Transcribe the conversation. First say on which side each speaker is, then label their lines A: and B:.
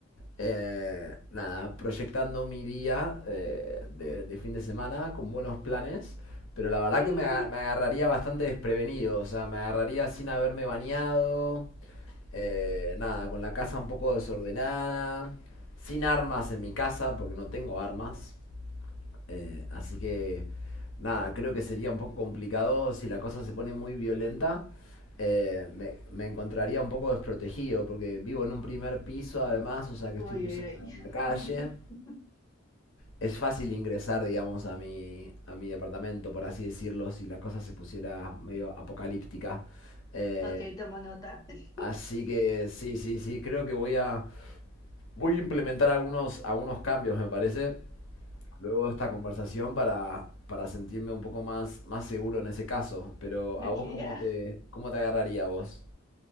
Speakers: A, on the left; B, on the left.
A: Eh, nada, proyectando mi día eh, de, de fin de semana con buenos planes, pero la verdad
B: <laughs>
A: que me, aga- me agarraría bastante desprevenido, o sea, me agarraría sin haberme bañado, eh, nada, con la casa un poco desordenada, sin armas en mi casa, porque no tengo armas, eh, así que, nada, creo que sería un poco complicado si la cosa se pone muy violenta. eh, me, me encontraría un poco desprotegido porque vivo en un primer piso además, o sea que
B: Uy,
A: estoy muy
B: uy,
A: cerca
B: uy.
A: de la calle.
B: <laughs>
A: Es fácil ingresar, digamos, a mi, a mi departamento, por así decirlo, si la cosa se pusiera medio apocalíptica. Eh,
B: Ok, tomo nota. <laughs>
A: así que sí, sí, sí, creo que voy a, voy a implementar algunos, algunos cambios, me parece luego de esta conversación para, para sentirme un poco más, más seguro en ese caso. Pero a
B: Ok,
A: vos, ¿cómo
B: ya.
A: te, cómo te agarraría a vos?